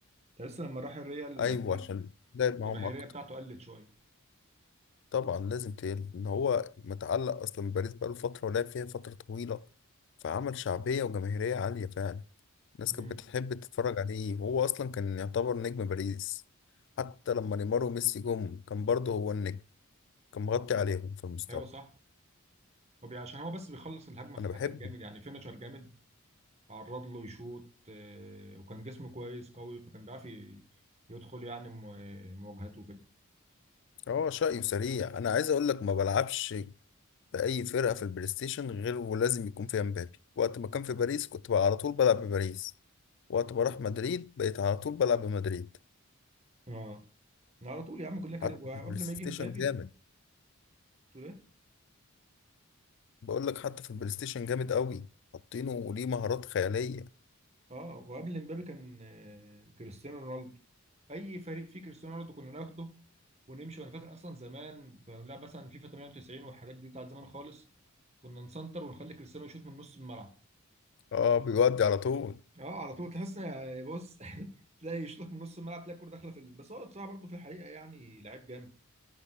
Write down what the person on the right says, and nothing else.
تحس لما راح الريال
يعني ايه
الجماهيريه
بتاعته قلت شويه
امم
اه
ايوه صح هو بي- عشان هو بس بيخلص الهجمه في
الاخر
جامد يعني فينيشر جامد تعرض له يشوط آه، وكان جسمه كويس قوي فكان بيعرف ي- يدخل يعني م- مواجهات وكده
اه على طول يا عم كلها كده
وقبل
ما يجي مبابي
تقول ايه
اه وقبل مبابي كان آه، كريستيانو رونالدو اي فريق فيه كريستيانو رونالدو كنا ناخده ونمشي وانا فاكر اصلا زمان كنا بنلعب مثلا فيفا 98 والحاجات دي بتاعت زمان خالص كنا نسنتر ونخلي كريستيانو يشوط من نص الملعب
اه على طول تحس إن- بص <laughs> تلاقي يشوط لك من نص الملعب تلاقي الكوره داخله في ال... بس هو بصراحه برضه في الحقيقه يعني لعيب جامد